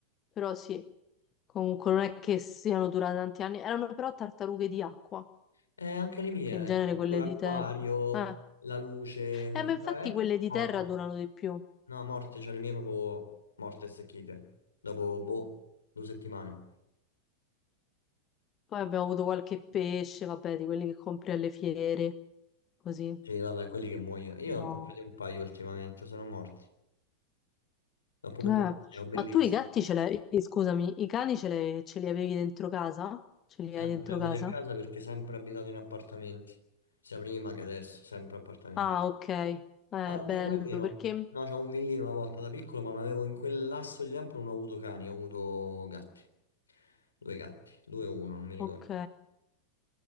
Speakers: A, on the left; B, on the left.
A: però sì, comunque non è che siano durate tanti anni, erano però tartarughe di acqua,
B: Eh, anche le mie,
A: che in
B: eh,
A: genere
B: ho comprato
A: quelle
B: l'acquario,
A: di terra. Eh,
B: la luce,
A: Eh,
B: tutta,
A: ma infatti
B: eh,
A: quelle di
B: morte.
A: terra durano di più.
B: No, a morte, cioè le mie proprio morte e secchite. Dopo, boh, due settimane.
A: Poi abbiamo avuto qualche pesce, vabbè, di quelli che compri alle fiere, così.
B: Sì, vabbè, quelli che muoiono. Io
A: Però...
B: ne ho comprati un paio ultimamente, sono morti. Ne ho proprio
A: eh,
B: comprati, erano bellissimi.
A: Ma tu i gatti ce l'hai, eh, scusami, i cani ce l'hai- ce li avevi dentro casa? Ce li
B: Sempre
A: hai dentro
B: avuti
A: casa?
B: a casa perché sempre abitato in appartamenti. Sia prima che adesso, sempre appartamenti.
A: Ah, ok, è
B: Ah,
A: bello
B: Dio, non è vero.
A: perché...
B: No, c'avevo un villino una volta da piccolo, ma non avevo in quel lasso di tempo non ho avuto cani, ho avuto gatti. Due gatti, due o uno, non mi ricordo.
A: Ok.